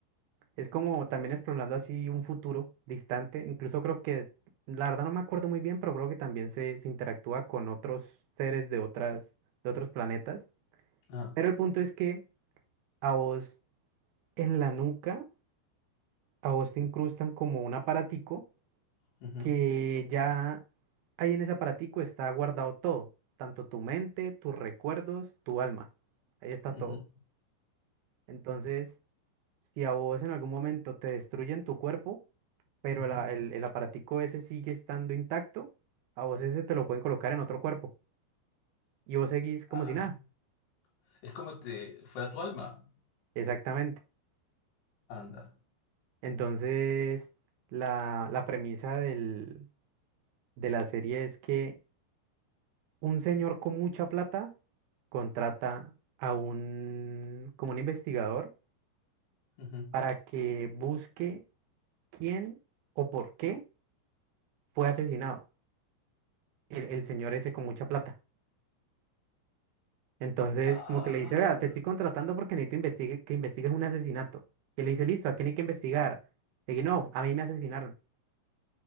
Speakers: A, on the right; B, on the left.
A: Es como también explorando así un futuro distante. Incluso creo que, la verdad no me acuerdo muy bien, pero creo que también se, se interactúa con otros seres de otras, de otros planetas.
B: Ah,
A: Pero el punto es que a vos en la nuca, a vos te incrustan como un aparatico
B: ujú,
A: que ya ahí en ese aparatico está guardado todo, tanto tu mente, tus recuerdos, tu alma. Ahí está
B: ujú,
A: todo. Entonces... Si a vos en algún momento te destruyen tu cuerpo, pero
B: ujú.
A: el, a- el, el aparatico ese sigue estando intacto, a vos ese te lo pueden colocar en otro cuerpo y vos seguís como
B: Ah,
A: si nada.
B: es como te fuera tu alma.
A: Exactamente.
B: Anda.
A: Entonces, la, la premisa del, de la serie es que un señor con mucha plata contrata a un, como un investigador
B: Ujú.
A: para que busque quién o por qué fue asesinado el, el señor ese con mucha plata. Entonces,
B: Ah.
A: como que le dice, vea, te estoy contratando porque necesito investigue, que investigues un asesinato. Y él le dice, listo, ¿a quién hay que investigar? Le dije, no, a mí me asesinaron.